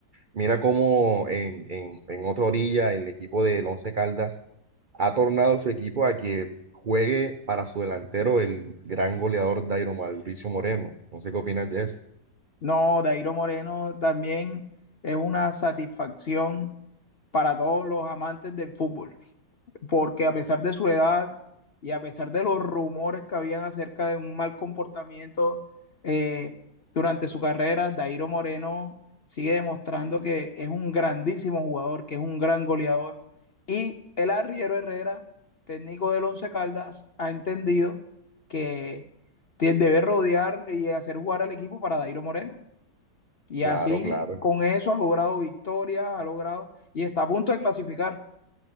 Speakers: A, on the right; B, on the left.
A: mira cómo en, en, en otra orilla el equipo del Once Caldas ha tornado su equipo a que juegue para su delantero el gran goleador Dairo Mauricio Moreno. No sé qué opinas de eso.
B: No, Dairo Moreno también es una satisfacción para todos los amantes del fútbol, porque a pesar de su edad y a pesar de los rumores que habían acerca de un mal comportamiento eh, durante su carrera, Dairo Moreno sigue demostrando que es un grandísimo jugador, que es un gran goleador. Y el arriero Herrera, técnico del Once Caldas, ha entendido que debe rodear y hacer jugar al equipo para Dairo Moreno. Y
A: Claro,
B: así,
A: claro.
B: con eso ha logrado victorias, ha logrado y está a punto de clasificar.